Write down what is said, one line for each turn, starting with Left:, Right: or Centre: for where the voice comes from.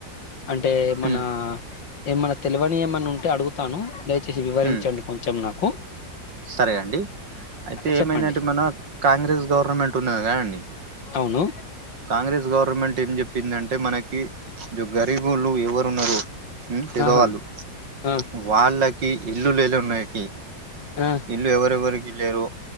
Left: అంటే మన
Right: ఉమ్
Left: ఏమన్నా తెలివని ఏమన్నా ఉంటే అడుగుతాను. దయచేసి వివరించండి
Right: ఉమ్
Left: కొంచెం నాకు. కో
Right: సరే అండి అయితే
Left: చెప్పండి
Right: ఏమైందంటే మన కాంగ్రెస్ గవర్నమెంట్ ఉన్నది కదా అండి.
Left: అవును.
Right: కాంగ్రెస్ గవర్నమెంట్ ఏం చెప్పిందంటే మనకి జో గరీబ్ బోల్లు ఎవరున్నరు? పెదవాళ్ళు
Left: ఆహా ఆ
Right: వాళ్ళ కి ఇల్లు లేలు ఉన్నయికి
Left: ఆ
Right: ఇల్లు ఎవరెవరికి లెరొ